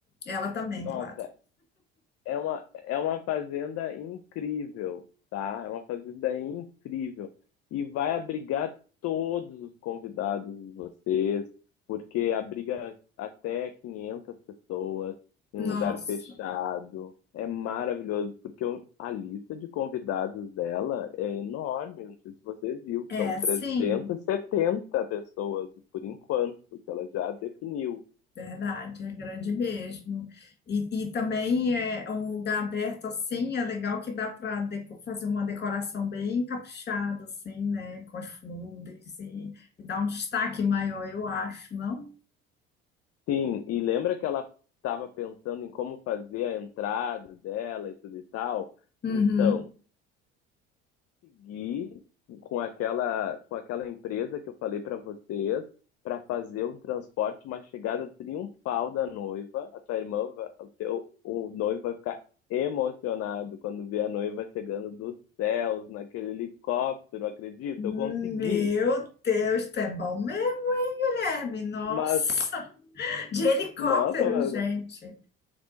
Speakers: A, on the left (about 35°); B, on the left (about 55°).
A: Ela também,
B: Nossa,
A: claro.
B: É uma, é uma fazenda incrível, tá? É uma fazenda incrível. E vai abrigar todos os convidados de vocês, porque abriga até 500 pessoas em
A: Nossa.
B: um lugar fechado. É maravilhoso, porque o- a lista de convidados dela é enorme. Não sei se você viu,
A: É,
B: são 370
A: sim,
B: pessoas por enquanto, que ela já definiu.
A: verdade, é grande mesmo. E, e também é um lugar aberto assim, é legal que dá para fazer uma decoração bem caprichada, assim, né? Com as flores e, e dar um destaque maior, eu acho, não?
B: Sim, e lembra que ela estava pensando em como fazer a entrada dela e tudo e tal?
A: Uhum.
B: Então, segui com aquela, com aquela empresa que eu falei para vocês para fazer um transporte, uma chegada triunfal da noiva. A tua irmã, va- o teu, o noivo vai ficar emocionado quando ver a noiva chegando dos céus naquele helicóptero, acredita?
A: Meu
B: Eu consegui,
A: Deus, tu é bom mesmo, hein, Guilherme? Nossa,
B: mas
A: de helicóptero,
B: nossa,
A: gente.